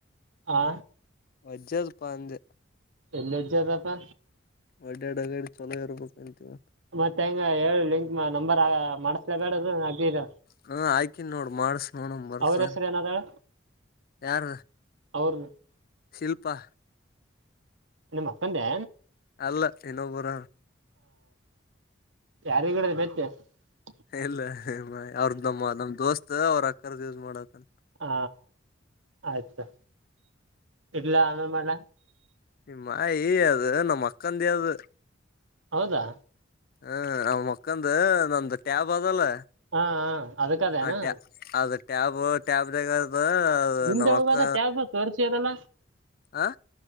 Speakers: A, on the right (about 80°); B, on the left (about 50°).
A: ಹಾ
B: ವಜದಪಾ ಅಂದೆ
A: ಎಲ್ಲಿವಜ ಅದಪ್ಪಾ
B: ಅಡ್ಡಡ್ಡಗಡಿ ಚೊಲೋ ಇರಬೇಕುಂತೀವ
A: ಮತ್ತ ಹೆಂಗ ಹೇಳಿ ಲಿಂಕ್ ನಂಬರ್ ಆ ಮಾಡಸ್ಲೇ ಬೇಡ ಅದು ಅ ಇದಾರ
B: ಹಾ ಆಕನ್ ನೋಡ್ ಮಾಡಸ ನೋಡಮ ಬರ್ದನ್
A: ಅವ್ರ ಹೆಸರು ಏನದಾಳ
B: ಯಾರ
A: ಅವರದ
B: ಶಿಲ್ಪಾ
A: ನಮ್ಮ ಅಪ್ಪಂದೆ
B: ಅಲ್ಲ ಇನ್ನೊಬ್ಬರ
A: ಯಾರಿಗ <unintelligible>
B: ಇಲ್ಲಮ್ ಅವ್ರದ್ ನಮ್ಮ ನಮ್ ದೋಸ್ತ್ ಅವ್ರ ಅಕ್ಕರ್ದ ಯೂಸ್ ಮಾಡತ್ತನ್
A: ಹಾ ಆತ್ ಇಟ್ಲಾ ಆ ಮೇಲೆ ಮಾಡ್ಲಾ
B: ಮಾಯ ಅದು ನಮ್ಮ ಅಕ್ಕಾಂದೇ ಅದ
A: ಹೌದಾ
B: ಹ್ಮ ನಮ್ಮ್ ಕ್ಕಂದ ನಮ್ದ ಟ್ಯಾಬ್ ಅದಲ್ಲ
A: ಹಾ ಅದಕ್ಕದೇನ್
B: ಆ ಟ್ಯಾ ಅದ ಟ್ಯಾಬ್ ಟ್ಯಾಬ್ ದಾಗ
A: ನಿಂದೆ
B: ನಮ್ಮ್
A: ಹೋಗದ
B: ಅಕ್ಕ
A: ಟ್ಯಾಬ್ ತೋರ್ಸಿದಲ್ಲ
B: ಹ